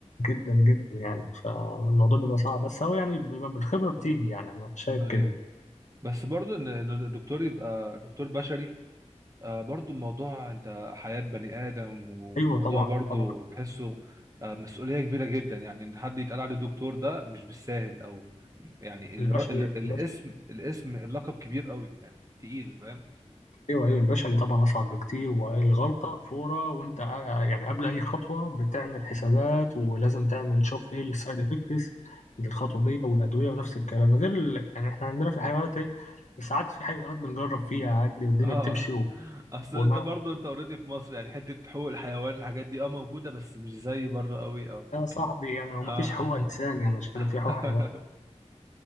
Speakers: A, on the left; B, on the right.
A: جدا جدا يعني فالموضوع بيبقى صعب بس هو يعني بيبقى بالخبرة بتيجي يعني أنا شايف
B: ايوه
A: كده
B: بس برضو ان إن الدكتور يبقى دكتور بشري آه، برضو الموضوع انت حياة بني آدم وموضوع
A: أيوه طبعا
B: برضو
A: طبعا
B: بحسه آه، مسؤولية كبيرة جدا يعني ان حد يتقال عليه دكتور ده مش بالساهل او يعني الر-
A: البشري
B: ال- الاسم
A: البشري
B: الاسم اللقب كبير قوي يعني تقيل فاهم
A: أيوه أيوه البشري طبعا أصعب بكتير والغلطة فورة وأنت قا- يعني قبل أي خطوة بتعمل حسابات ولازم تعمل شوف
B: مم.
A: إيه السايد إفكتس للخطوة دي والأدوية ونفس الكلام غير ال... يعني إحنا عندنا في الحيوانات إيه ساعات في حيوانات بنجرب فيها عادي والدنيا
B: اه
A: بتمشي و...
B: اصل
A: وما
B: انت برضو انت اوريدي في مصر يعني حتة حقوق الحيوان الحاجات دي اه موجودة بس مش زي بره قوي اه
A: يا صاحبي يعني هو
B: اه
A: مفيش حقوق إنسان يعني شبه
B: <laughs>
A: في حقوق حيوان